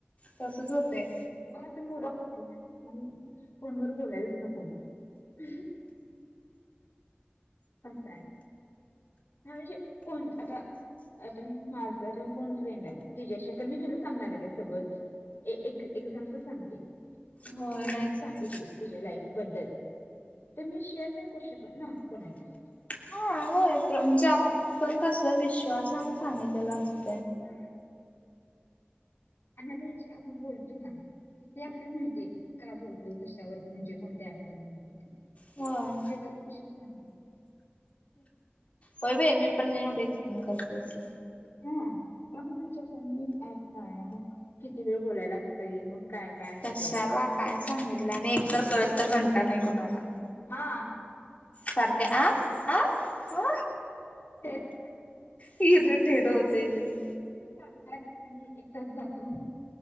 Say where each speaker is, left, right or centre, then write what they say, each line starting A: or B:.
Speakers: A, on the left; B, on the left.
A: तसच होते
B: मला तर मुड ऑफ होती यार मग फोन व बोलायलाच नको मग अस आहे हा श कोण आता आता माझा आता कोण फ्रेंड आहे तिच्या्शी आत मी तुला सांगणार आहे का सगळच एक एक्झामपल सांगते,
A: होय
B: तिन काय
A: नाहीच
B: तर सांगितली
A: की
B: तिच्या लाईफ बद्दल. तर मी शेअर नाही करू शकत ना कोणाला.
A: हा होय म्हणजे आपण कसं, विश्वासन सांगितलेल असत
B: हम्म, आणि आता हे जे आपण बोलतोय ना. ते आपल्याला माहितीये, का बोलतो कशावर म्हणजे कोणत्या ॲपवर बोलतो ते.
A: होय
B: जगाला कशाला सांगायचं?
A: होय बाई मी पण नाही एवढे एक्सप्लेन करत बसत.
B: हा मग म विचारता, मी काय मग किती वेळ बोलायला लागतय मग. काय काय? असतं
A: कशाला काय सांगितलं आणि एकतर
B: एवढं
A: कळत तर घंट नाही कोणाला.
B: हा.
A: सरद्या आ आ आ?
B: तेच
A: हिज टेड होतंय लई.
B: सांगायचच आणि एक तास जातो म्हणून.